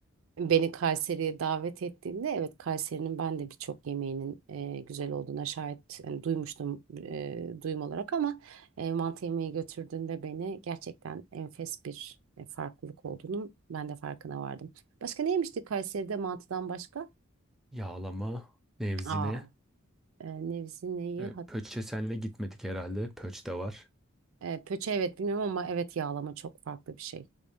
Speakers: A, on the right (about 70°); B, in the centre.
A: Beni Kayseri'ye davet ettiğinde evet Kayseri'nin ben de birçok yemeğinin e, güzel olduğuna şahit hani duymuştum e, duyum olarak ama e, mantı yemeği götürdüğünde beni gerçekten enfes bir e, farklılık olduğunun ben de farkına vardım. Başka ne yemiştik Kayseri'de mantıdan başka?
B: Yağlama, nevzine,
A: Aa, e, nevzi neyi?
B: e,
A: hat-
B: pöçe senle gitmedik herhalde. Pöç de var.
A: E, pöçe evet bilmiyorum ama evet yağlama çok farklı bir şey.